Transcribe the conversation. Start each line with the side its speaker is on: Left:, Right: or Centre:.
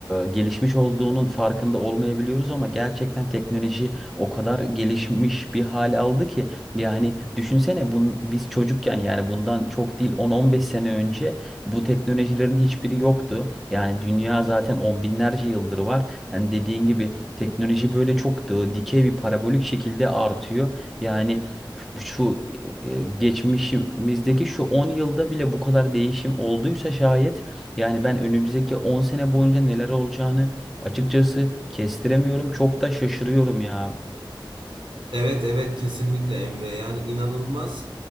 Centre: gelişmiş olduğunun farkında olmayabiliyoruz ama gerçekten teknoloji o kadar gelişmiş bir hale aldı ki yani düşünsene bun, biz çocukken yani bundan çok değil 10-15 sene önce bu teknolojilerin hiçbiri yoktu. Yani dünya zaten on binlerce yıldır var. Hani dediğin gibi Teknoloji böyle çok da dikey bir parabolik şekilde artıyor. Yani şu şu, e, e, geçmişimizdeki şu 10 yılda bile bu kadar değişim olduysa şayet yani ben önümüzdeki 10 sene boyunca neler olacağını açıkçası kestiremiyorum. Çok da şaşırıyorum ya.
Right: Evet evet kesinlikle Emre yani inanılmaz